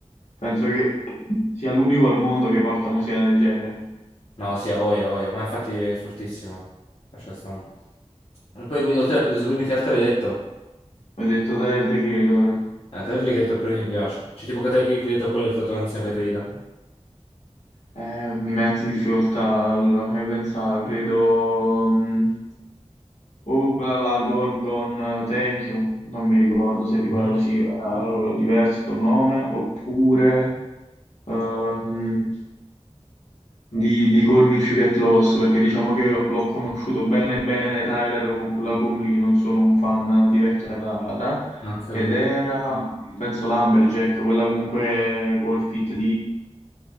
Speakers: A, on the left; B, on the left.
A: penso che sia l'unico al mondo che porta musica del genere.
B: No, sì, a voglia, a voglia, ma infatti è fortissimo. Lascia stare. E poi, oltre a Predator Supreme, che altro avevi detto?
A: Ho detto Tyler, The Creator,
B: Eh, te l'avevi detto prima mi piace. C'è tipo che te che hai detto qual è la tua canzone preferita?
A: Eh, mi metti in difficoltà, allora fammi pensare, credo... mh, Oh, quella là, Gone Gone eh, Thank You, non mi ricordo se tipo
B: Mm.
A: era così, era diverso il nome, oppure ehm, di, di Call Me If You Get Lost, perché diciamo che l'ho conosciuto bene bene Tyler con quell'album lì, non sono un fan di vecchia data,
B: Non ho capito.
A: ed era, penso, Lumberjack, quella comunque col fit